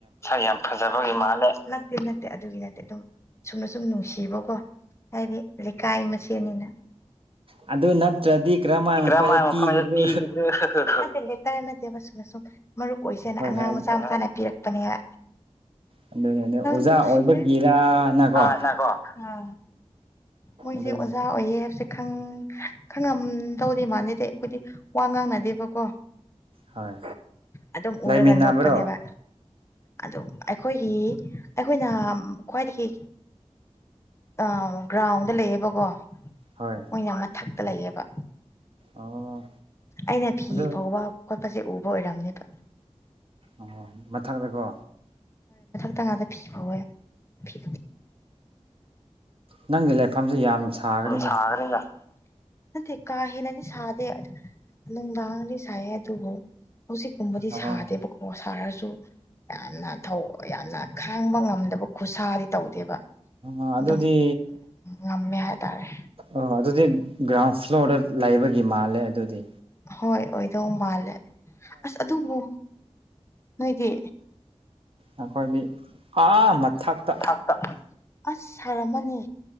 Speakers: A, on the left; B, on the right.
A: ꯁꯥ ꯌꯥꯝ ꯐꯖꯕꯒꯤ ꯃꯥꯜꯂꯦ ꯅꯠꯇꯦ ꯅꯠꯇꯦ ꯑꯗꯨꯒꯤ ꯅꯠꯇꯦ ꯑꯗꯨꯝ ꯁꯨꯝꯅ ꯁꯨꯝ ꯅꯨꯡꯁꯤꯕꯀꯣ ꯍꯥꯏꯗꯤ ꯂꯩꯀꯥꯏ ꯃꯁꯦꯜꯅꯤꯅ
B: ꯑꯗꯨ ꯅꯠꯇ꯭ꯔꯗꯤ ꯀꯔꯝꯍꯥꯏꯅ
A: ꯏꯀ꯭ꯔꯥꯃꯥꯏ
B: ꯃꯈꯣꯏꯗ ꯄꯤꯒꯗ꯭ꯔꯣ
A: ꯈ ꯇꯤꯒꯗ꯭ꯔ ꯀꯅꯗꯦꯕ ꯁꯨꯝꯅ ꯁꯨꯝ ꯃꯔꯨꯞ ꯑꯣꯏꯁꯦꯅ
B: ꯍꯣꯏ
A: ꯑꯉꯥꯡ
B: ꯍꯣꯏ
A: ꯃꯆꯥ ꯃꯆꯥꯅ ꯄꯤꯔꯛꯄꯅꯦ
B: ꯑꯗꯨꯅꯤ ꯑꯗꯨ ꯑꯣꯖꯥ
A: ꯅꯨꯡꯁꯤꯌꯦꯀꯣ
B: ꯑꯣꯏꯕꯒꯤꯔꯅꯀꯣ
A: ꯑꯥ ꯃꯣꯏꯁꯦ
B: ꯑꯗꯨꯅꯤ
A: ꯑꯣꯖꯥ ꯑꯣꯏꯌꯦ ꯍꯥꯏꯕꯁꯦ ꯈꯪꯉꯝ ꯇꯧꯔꯤ ꯃꯥꯥꯟꯅꯗ ꯑꯩꯈꯣꯏꯗꯤ ꯋꯥ ꯉꯥꯡꯅꯗꯦꯕꯀꯣ
B: ꯍꯣꯏ
A: ꯑꯗꯨ ꯑꯗꯨ ꯎꯔꯒꯟꯅ
B: ꯂꯩꯃꯤꯟꯅꯕ꯭ꯔꯣ
A: ꯑꯣꯄꯅꯦꯕ ꯑꯗꯨꯝ ꯑꯩꯈꯣꯏꯒꯤ ꯑꯩꯈꯣꯏꯅ ꯈ꯭ꯋꯥꯏꯗꯒꯤ ꯑ ꯒ꯭ꯔꯥꯎꯟꯗ ꯂꯩꯌꯦꯕꯀꯣ
B: ꯍꯣꯏ
A: ꯃꯣꯏ ꯌꯥꯝꯅ ꯊꯛꯇ ꯂꯩꯌꯦꯦꯕ
B: ꯑꯣ
A: ꯑꯩꯅ ꯐꯤ
B: ꯑꯗꯨ
A: ꯐꯥꯎꯕ ꯈꯣꯠꯄꯁꯦ ꯎꯕ ꯑꯣꯏꯔꯝꯅꯦꯕ
B: ꯑ ꯃꯊꯪꯗꯀꯣ
A: ꯇꯉꯗ ꯐꯤꯕꯋꯦ ꯐ
B: ꯅꯪꯒꯤ ꯂꯐꯝꯁꯨꯦ ꯌꯥꯝ ꯁꯥꯈꯅꯤꯅ
A: ꯁꯥꯒꯅꯤꯅ ꯅꯠꯇꯦ ꯀꯥ ꯍꯅꯗꯤ ꯁꯥꯗꯦ ꯅꯨꯡꯗꯥꯥꯡꯡꯗꯤ ꯁꯥꯏꯦ ꯑꯗꯨꯕꯨꯣ ꯍꯧꯖꯤꯛꯀꯨꯝꯕꯗꯤ
B: ꯑꯣ
A: ꯁꯥꯗꯦꯕꯀꯣ ꯁꯥꯔꯁꯨ ꯌꯥꯝꯅ ꯌꯥꯝꯅ ꯈꯥꯡꯕ ꯉꯝꯗꯕ ꯈꯨꯠꯁꯥꯗꯤ ꯇꯧꯗꯦꯕ
B: ꯑ ꯑꯗꯨꯗꯤ
A: ꯑꯗꯨꯝ ꯉꯝꯃꯦ ꯍꯥꯏꯇꯥꯔꯦ
B: ꯑ ꯑꯗꯨꯗꯤ ꯒ꯭ꯔꯥꯎꯟ ꯐ꯭ꯂꯣꯔꯗ ꯂꯩꯕꯒꯤ ꯃꯥꯜꯂꯦ ꯑꯗꯨꯗꯤ
A: ꯍꯣꯏ ꯑꯣꯏꯗꯧ ꯃꯥꯜꯂꯦ ꯑꯁ ꯑꯗꯨꯕꯨ ꯅꯣꯏꯗꯤ
B: ꯑꯩꯈꯣꯏꯗꯤ ꯑꯥ ꯃꯊꯛꯇ
A: ꯊꯥꯛꯇ ꯑꯁ ꯁꯥꯔꯝꯃꯅꯤ